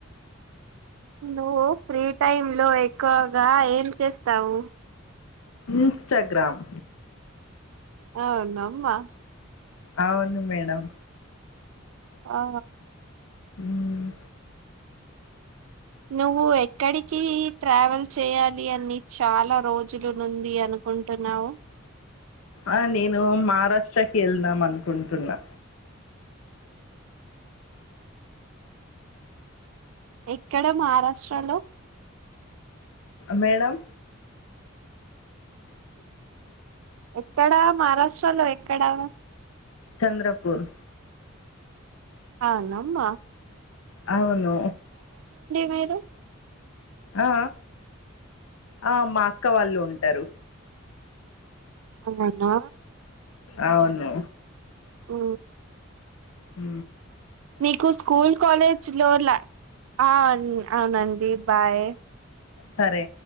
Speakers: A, on the right; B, on the left.
A: నువ్వు ఫ్రీ టైమ్ లో ఎక్కువగా ఏం చేస్తావు
B: ఇన్స్టాగ్రామ్
A: ఔనమ్మ
B: అవును మేడం
A: ఆ
B: మ్మ్
A: నువ్వు ఎక్కడికి ట్రావెల్ చేయాలి అని చాలా రోజులు నుంది అనుకుంటున్నావు
B: ఆ నేను మారాష్ట్రకి ఎళ్దాం అనుకుంటున్నా
A: ఎక్కడ మారాష్ట్ర లో
B: మేడం
A: ఎక్కడా మారాష్ట్రలో ఎక్కడా
B: చంద్రపూర్
A: ఆ నమ్మ
B: అవును
A: మీరు
B: ఆ ఆ ఆ మా అక్క వాళ్ళు ఉంటరు
A: అవునా
B: అవును
A: ఆ
B: ఉ
A: మీకు స్కూల్ కాలేజ్ లో లా ఆ అవునండి బాయ్
B: సరే